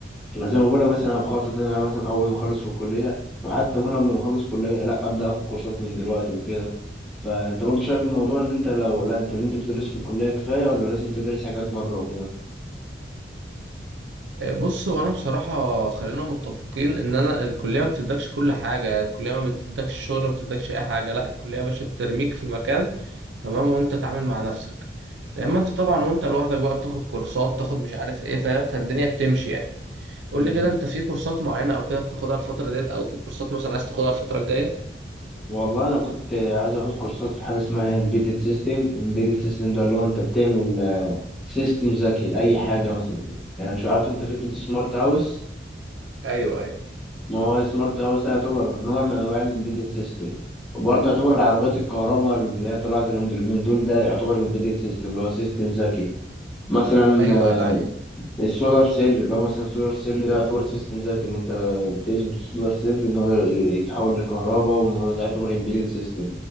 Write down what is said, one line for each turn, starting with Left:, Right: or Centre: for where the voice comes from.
Centre: أنا زي ما بقول لك بس انا بخطط ان انا مثلا اول ما اخلص في الكليه وحتى اكون قبل ما اخلص كليه لا ابدا اخد كورسات من دلوقتي وكده فانت برضو شايف الموضوع ان انت لو لا انت اللي انت بتدرس في الكليه كفايه ولا لازم تدرس حاجات بره وكده
Right: آه، بص هو أنا بصراحة خلينا متفقين إن أنا الكلية ما بتدكش كل حاجة الكلية ما بتدكش شغل ما بتدكش أي حاجة لا الكلية يا باشا بترميك في مكان تمام وأنت تتعامل مع نفسك لأما أنت طبعا وأنت لوحدك بقى بتاخد كورسات تاخد مش عارف إيه فاهم فالدنيا بتمشي يعني قول
Centre: امم
Right: لي كده أنت في كورسات معينة أو كده بتاخدها الفترة ديت أو في كورسات مثلا عايز تاخدها الفترة الجاية
Centre: والله انا كنت عايز اخد كورسات في حاجه اسمها embedded system embedded system ده اللي هو انت بتعمل سيستم ذكي لاي حاجه مثلا يعني شو عارف انت فكره السمارت هاوس
Right: أيوة أيوة
Centre: ما هو سمارت هاوس ده يعتبر نوع من انواع الامبيدد سيستم وبرضه يعتبر العربيات الكهرباء اللي هي طلعت اليومين دول ده يعتبر امبيدد سيستم اللي هو سيستم ذكي مثلا
Right: أيوة
Centre: آه،
Right: ده هي
Centre: السولار سيل اللي هو مثلا السولار سيل ده يعتبر سيستم ذكي ان انت بتثبت السولار سيل ان هو ي- يتحول لكهرباء والموضوع ده يعتبر امبيدد سيستم